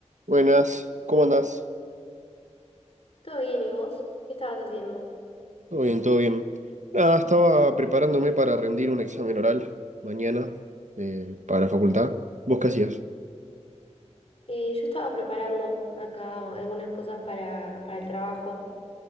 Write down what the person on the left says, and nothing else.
Todo bien, ¿y vos? ¿Qué estabas haciendo?
Eh, yo estaba preparando acá algunas cosas para, para el trabajo,